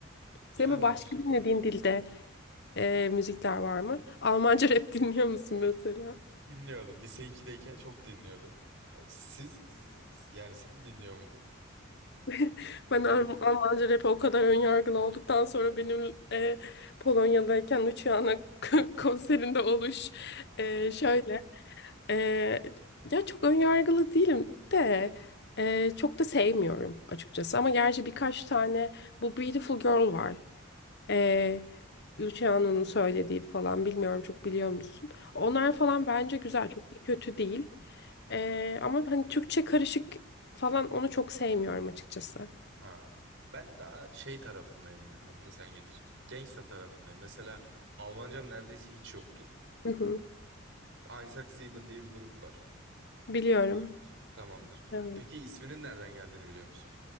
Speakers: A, on the left (about 55°); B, on the right (about 60°).
A: Senin
B: Yani
A: böyle başka
B: güz-
A: dinlediğin dilde e, müzikler var mı? Almanca <laughs> rap dinliyor musun mesela?
B: dinliyordum. Lise iki'deyken çok dinliyordum. Siz yani sen dinliyor muydun?
A: <laughs> Ben
B: Dinledim.
A: Al-
B: mi?
A: Almanca rap'e o kadar önyargılı olduktan sonra benim e, Polonya'dayken Luciana <laughs> konserinde oluş e, şöyle e, ya çok önyargılı değilim de e, çok da sevmiyorum açıkçası ama gerçi birkaç tane bu Beautiful Girl var. E, Luciano'nun söylediği falan bilmiyorum çok biliyor musun? Onlar falan bence güzel çok da kötü değil. Ee, ama hani Türkçe karışık falan onu çok sevmiyorum açıkçası.
B: Ha. Ben daha şey tarafındayım ya. Adını sen getir. Gangsta tarafındayım. Mesela Almancam neredeyse hiç yoktur.
A: Hı hı.
B: Einsatzleben diye bir grup var.
A: Biliyorum.
B: Biliyor musun? Tamamdır.
A: Evet.
B: Peki isminin nereden geldiğini biliyor musun?